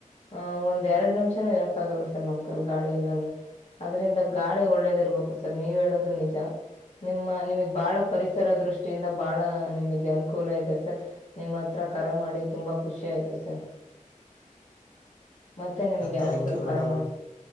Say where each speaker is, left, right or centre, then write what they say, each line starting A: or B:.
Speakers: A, on the left (about 50°); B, on the left (about 80°).
A: ಅಹ ಒಂದ್ ಎರಡ್ ನಿಮಿಷಾನೂ ಇರಕ್ ಆಗಲ್ಲ ಸರ್ ನಮ್ ಕೈಲಿ ಗಾಳಿ ಎಲ್ಲ ಅಂದ್ರೆ. ಅದ್ರಿಂದ ಗಾಳಿ ಒಳ್ಳೇದ ಇರ್ಬೇಕು ಸರ್ ನೀವ್ ಹೇಳದು ನಿಜ ನಿಮ್ಮ ನಿಮಗ್ ಬಾಳ ಪರಿಸ. ಸರ್ ದೃಷ್ಟಿಯಿಂದ ಬಹಳ ನಿಮಗೆ ಅನುಕೂಲ ಇದೆ ಸರ್ ನಿಮ್ಮ ಹತ್ರ ಕರೆ ಮಾಡಿ ತುಂಬಾ ಖುಷಿ ಆಯ್ತು. ಸರ್ ಮತ್ತೆ ನಿಮಗೆ ಯಾವತ್ತಾದೂ
B: ಥ್ಯಾಂಕ್ ಯು
A: ಕರೆ
B: ಮೇಡಮ್
A: ಮಾಡ.